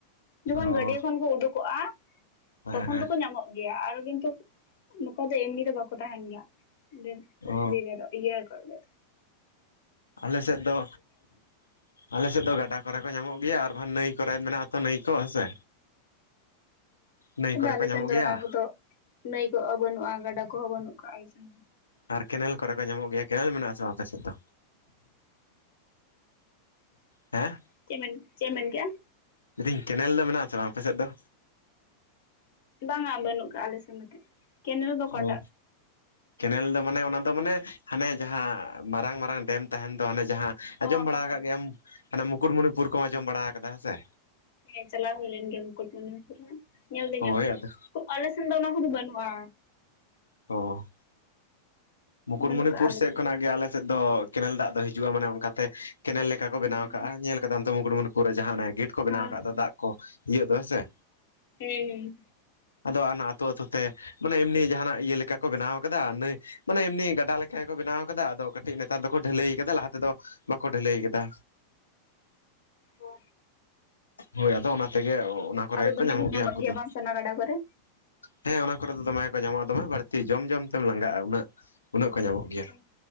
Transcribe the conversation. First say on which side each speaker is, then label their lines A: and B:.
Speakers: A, on the left; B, on the left.
A: ᱡᱚᱠᱷᱚᱱ
B: ᱚ
A: ᱜᱟᱹᱰᱤᱭᱟᱹ ᱠᱷᱚᱱ ᱠᱚ ᱩᱰᱩᱠᱚᱜ -ᱟ
B: ᱦᱮᱸ
A: ᱛᱚᱠᱷᱚᱱ
B: ᱦᱮᱸ᱾
A: ᱫᱚᱠᱚ ᱧᱟᱢᱚᱜ ᱜᱮᱭᱟ᱾ ᱟᱨ ᱠᱤᱱᱛᱩ ᱱᱚᱝᱠᱟ ᱫᱚ ᱮᱢᱱᱤ ᱫᱚ ᱵᱟᱠᱚ ᱛᱟᱦᱮᱱ ᱜᱮᱭᱟ᱾ ᱯᱩᱠᱷᱨᱤ
B: ᱚ
A: ᱨᱮ ᱫᱚ ᱤᱭᱟᱹ ᱦᱟᱹᱠᱩ ᱫᱚ᱾
B: ᱟᱞᱮ ᱥᱮᱫ ᱫᱚ ᱟᱞᱮ ᱥᱮᱫ ᱫᱚ ᱜᱟᱰᱟ ᱠᱚᱨᱮ ᱠᱚ ᱧᱟᱢᱚᱜ ᱜᱮᱭᱟ, ᱟᱨ ᱵᱟᱝ ᱱᱟᱹᱭ ᱠᱚᱨᱮ ᱢᱮᱱᱟᱜᱼᱟᱛᱚ ᱱᱟᱹᱭ ᱠᱚ ᱦᱮᱸᱥᱮ᱾ ᱱᱟᱹᱭ
A: ᱚᱻ
B: ᱠᱚᱨᱮ
A: ᱟᱫᱚ ᱟᱞᱮ
B: ᱠᱚ ᱧᱟᱢᱚᱜ
A: ᱥᱮᱱ ᱫᱚ
B: ᱜᱮᱭᱟ
A: ᱚᱱᱟ ᱠᱚᱫᱚ ᱱᱟᱹᱭ ᱠᱚᱦᱚᱸᱵᱟᱹᱱᱩᱜᱼᱟ ᱜᱟᱰᱟ ᱠᱚᱦᱚᱸ ᱵᱟᱹᱱᱩᱜ ᱠᱟᱜ-ᱟ ᱟᱞᱮ ᱥᱮᱱ ᱫᱚ᱾
B: ᱟᱨ ᱠᱮᱱᱮᱞ ᱠᱚᱨᱮ ᱠᱚ ᱧᱟᱢᱚᱜ ᱜᱮᱭᱟ᱾ ᱠᱮᱱᱮᱞ ᱢᱮᱱᱟᱜ ᱟᱥᱮ ᱵᱟᱝ ᱟᱯᱮ ᱥᱮᱫ ᱫᱚ? ᱦᱮᱸ
A: ᱪᱮ ᱢᱮᱱ ᱪᱮᱫ ᱮᱢ ᱢᱮᱱ ᱠᱮᱜ-ᱟ?
B: ᱞᱤᱫᱤᱧ ᱠᱮᱱᱮᱞ ᱫᱚ ᱢᱮᱱᱟᱜ ᱟᱥᱮ ᱵᱟᱝ ᱟᱯᱮ ᱥᱮᱫ ᱫᱚ?
A: ᱵᱟᱝᱟ ᱵᱟᱹᱱᱩᱜ ᱠᱟᱜᱼᱟ ᱟᱞᱮ ᱥᱮᱫ ᱫᱚ᱾ ᱠᱮᱱᱮᱞ ᱫᱚ ᱚᱠᱟᱴᱟᱜ
B: ᱚ ᱠᱮᱱᱮᱞ ᱫᱚ ᱢᱟᱱᱮ ᱚᱱᱟ ᱫᱚ ᱢᱟᱱᱮ ᱦᱟᱱᱮ ᱡᱟᱦᱟᱸ ᱢᱟᱨᱟᱝ ᱢᱟᱨᱟᱝ ᱰᱮᱢ ᱛᱟᱦᱮᱱ ᱫᱚ ᱦᱟᱱᱮ ᱡᱟᱦᱟᱸ ᱟᱸᱡᱚᱢ
A: ᱚ
B: ᱵᱟᱲᱟ
A: ᱵᱟᱝᱟ
B: ᱟᱠᱟᱫ
A: ᱵᱟᱝᱟ
B: ᱜᱮᱭᱟᱢ ᱢᱟᱱᱮ ᱢᱩᱠᱩᱴᱢᱩᱱᱤᱯᱩᱨ ᱠᱚᱢ ᱟᱸᱡᱚᱢ ᱵᱟᱲᱟ ᱠᱟᱫᱟ ᱦᱮᱸ ᱥᱮ
A: ᱦᱮᱸ ᱪᱟᱞᱟᱣ ᱦᱩᱭ ᱞᱮᱱ ᱜᱮᱭᱟ ᱢᱩᱠᱩᱴᱢᱩᱱᱤᱯᱩᱨ ᱦᱚᱸ, ᱧᱮᱞ ᱫᱩᱧ
B: ᱦᱳᱭ
A: ᱧᱮᱞ ᱠᱟᱜ-ᱟ᱾
B: ᱟᱫᱚ
A: ᱛᱳ ᱟᱞᱮ ᱥᱮᱱ ᱫᱚ ᱚᱱᱟ ᱠᱚᱫᱚ ᱵᱟᱹᱱᱩᱜ -ᱟ᱾
B: ᱳ᱾ ᱢᱩᱠᱩᱴᱢᱩᱱᱤᱯᱩᱨ
A: ᱵᱟᱹᱱᱩᱜ ᱠᱟᱜᱼᱟ ᱟᱞᱮ
B: ᱥᱮᱫ
A: ᱥᱮᱱ
B: ᱠᱷᱚᱱᱟᱜ ᱜᱮ ᱟᱞᱮ ᱥᱮᱫ ᱫᱚ ᱠᱮᱱᱮᱞ ᱫᱟᱜ ᱫᱚ ᱦᱤᱡᱩᱜᱼᱟ, ᱢᱟᱱᱮ ᱚᱱᱠᱟᱛᱮ ᱠᱮᱱᱮᱞ ᱞᱮᱠᱟ ᱠᱚ ᱵᱮᱱᱟᱣ
A: ᱦᱮᱸ
B: ᱠᱟᱜᱼᱟ ᱧᱮᱞ ᱟᱠᱟᱫᱟ ᱛᱚ ᱢᱩᱠᱩᱴᱢᱩᱱᱤᱯᱩᱨ ᱨᱮ ᱡᱟᱦᱟᱸ ᱚᱱᱮ ᱜᱮᱹᱴ ᱠᱚ ᱵᱮᱱᱟᱣ
A: ᱦᱮᱸ
B: ᱟᱠᱟᱫ ᱫᱚ ᱫᱟᱜ ᱠᱚ ᱤᱭᱟᱹ ᱠᱚ ᱦᱮᱸ ᱥᱮ
A: ᱦᱩᱸᱻ
B: ᱟᱫᱚ ᱚᱱᱟ ᱟᱛᱳ ᱟᱛᱳ ᱛᱮ ᱢᱟᱱᱮ ᱮᱢᱱᱤ ᱡᱟᱦᱟᱱᱟᱜ ᱤᱭᱟᱹ ᱞᱮᱠᱟ ᱠᱚ ᱵᱮᱱᱟᱣ ᱠᱟᱫᱟ, ᱱᱟᱹᱭ ᱢᱟᱱᱮ ᱮᱢᱱᱤ ᱜᱟᱰᱟ ᱞᱮᱠᱟ ᱜᱮ ᱠᱚ ᱵᱮᱱᱟᱣ ᱠᱟᱫᱟ, ᱟᱫᱚ ᱠᱟᱹᱴᱤᱡ ᱱᱮᱛᱟᱨ ᱫᱚᱠᱚ ᱰᱷᱟᱹᱞᱟᱹᱭ ᱠᱟᱫᱟ ᱞᱟᱦᱟ ᱛᱮᱫᱚ ᱵᱟᱠᱚ ᱰᱷᱟᱹᱞᱟᱹᱭ ᱠᱟᱫᱟ᱾
A: ᱳ
B: ᱦᱳᱭ ᱟᱫᱚ ᱚᱱᱟ ᱛᱮᱜᱮ ᱚᱱᱟ ᱠᱚᱨᱮ
A: ᱟᱫᱚ
B: ᱜᱮᱠᱚ
A: ᱫᱚᱢᱮ
B: ᱧᱟᱢᱚᱜ
A: ᱠᱚ
B: ᱜᱮᱭᱟ ᱩᱱᱠᱩ ᱫᱚ᱾
A: ᱵᱟᱝ ᱥᱮ ᱜᱟᱰᱟ ᱠᱚᱨᱮ
B: ᱦᱮᱸ ᱚᱱᱟ ᱠᱚᱨᱮ ᱫᱚ ᱫᱚᱢᱮ ᱠᱚ ᱧᱟᱢᱚᱜᱼᱟ ᱫᱚᱢᱮ ᱵᱟᱹᱲᱛᱤ ᱡᱚᱢ ᱡᱚᱢ ᱛᱮᱢ ᱞᱟᱝᱜᱟᱜᱼᱟ ᱩᱱᱟᱹᱜ᱾ ᱩᱱᱟᱹᱜ ᱠᱚ ᱧᱟᱢᱚᱜ
A: ᱟᱪᱪᱷᱟ
B: ᱜᱮᱭᱟ